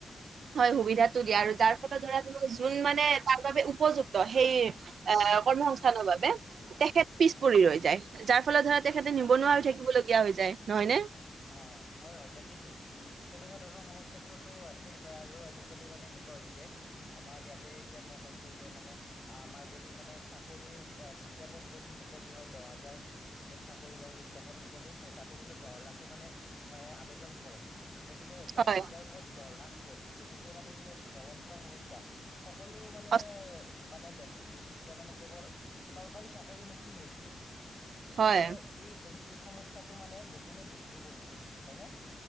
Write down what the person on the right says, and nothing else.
হয় সুবিধাটো দিয়া, আৰু যাৰ ফলত ধৰা তোমাৰ যোন মানে তাৰ বাবোবে উপযুক্ত সেই আহ
কৰ্মসংস্থানৰ বাবে তেখেত পিছ
পৰি
ৰৈ যায়, যাৰ ফলত ধৰা তেখেতে
নিবনুৱা হৈ থাকিবলগীয়া হৈ যায়। নহয় নে?
হয়
সঁচ-
হয়